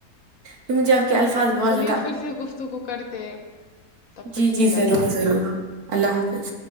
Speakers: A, on the right (about 70°); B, on the left (about 60°).
A: تم جا کے الفاظ بہت
B: چلیے
A: زیادہ
B: پھر سے گفتگو کرتے ہیں تب
A: جی
B: تک کے
A: جی
B: لیے
A: ضرور
B: اللہ حافظ
A: ضرور اللہ حافظ